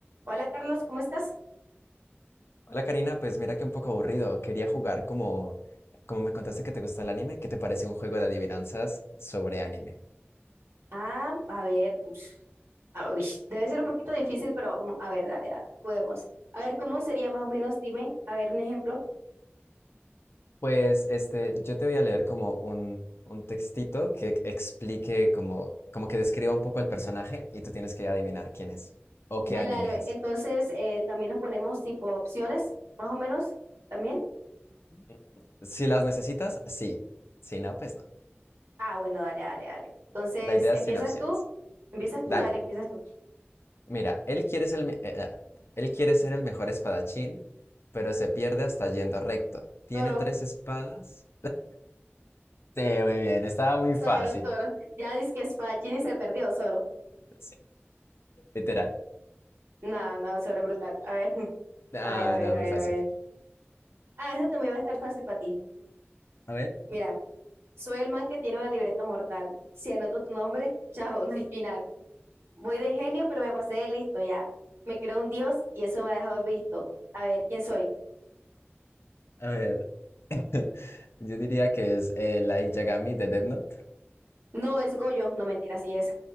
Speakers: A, on the right; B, on the left.
A: Hola Carlos, ¿cómo estás?
B: Hola Karina, pues mira que un poco aburrido. Quería jugar como, como me contaste que te gusta el anime, ¿qué te parece un juego de adivinanzas sobre anime?
A: Ah, a ver, ush, ah, ush, debe ser un poquito difícil, pero mm, a ver, dale, dale, juguemos. A ver, ¿cómo sería más o menos? Dime, a ver, un ejemplo.
B: Pues este, yo te voy a leer como un, un textito que explique como, como que describa un poco el personaje y tú tienes que adivinar quién es o qué
A: Dale,
B: anime
A: dale.
B: es.
A: Entonces, eh, también nos ponemos tipo opciones, más o menos, también.
B: Mm, Si las necesitas, sí. Si no, pues no.
A: Ah, bueno, dale, dale, dale. Entonces,
B: La idea
A: ¿empiezas
B: es sin opciones.
A: tú? ¿Empiezas tú?
B: Dale.
A: Dale, empiezas tú.
B: Mira, él quiere ser el, me- eh, ah, él quiere ser el mejor espadachín, pero se pierde hasta yendo recto. Tiene
A: Zoro,
B: tres espadas. Sí, muy bien, estaba muy fácil.
A: Zoro, Zoro. Ya dices que Spachini se perdió, Zoro.
B: Sí, literal.
A: No, no, Zoro es brutal. A ver, <laughs>
B: Ah,
A: a ver, a ver,
B: no,
A: a
B: muy
A: ver,
B: fácil.
A: a ver. Ah, eso también va a estar fácil para ti.
B: A ver,
A: Mira. Soy el man que tiene una libreta mortal. Si anoto tu nombre, chao, no hay final. Voy de genio, pero me pasé de listo ya. Me creo un dios y eso me ha dejado visto. A ver, ¿quién soy?
B: a ver. <laughs> Yo diría que es eh, Light Yagami de Death Note.
A: No, es Goyo. No, mentira, sí es.